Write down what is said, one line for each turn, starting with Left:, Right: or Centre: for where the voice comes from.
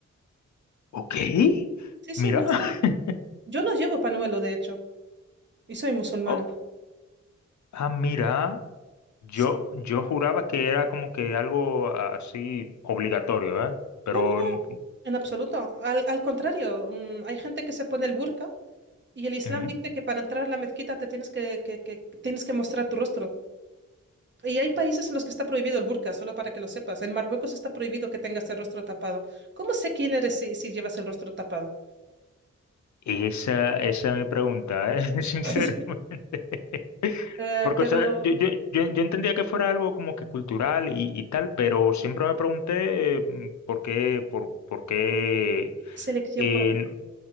Left: Ok,
Right: Sí, sí,
Left: mira.
Right: no es religioso.
Left: <laughs>
Right: Yo no llevo panuelo, de hecho, y soy musulmana.
Left: Oh, ah, mira. Yo,
Right: Sí,
Left: yo juraba que era como que algo así obligatorio, ¿eh? Pero
Right: No, no, no,
Left: mm,
Right: en absoluto. Al, al contrario, mm, hay gente que se pone el burka y el Islam
Left: ujú.
Right: dice que para entrar a la mezquita te tienes que, que- que- tienes que mostrar tu rostro. Y hay países en los que está prohibido el burka, solo para que lo sepas. En Marruecos está prohibido que tengas el rostro tapado. ¿Cómo sé quién eres si, si llevas el rostro tapado?
Left: esa, esa es mi pregunta, ¿eh? <laughs> Sinceramente.
Right: <laughs> Eh,
Left: Porque,
Right: pero
Left: o sea, yo, yo, yo, yo entendía que fuera algo como que cultural y, y tal, pero siempre me pregunté eh, mm, por qué, por, por qué.
Right: es elección
Left: eh,
Right: propia.